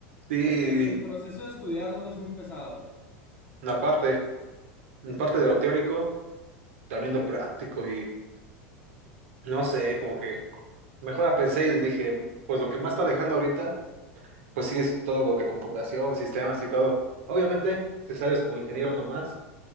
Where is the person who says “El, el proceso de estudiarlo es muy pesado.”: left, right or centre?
Left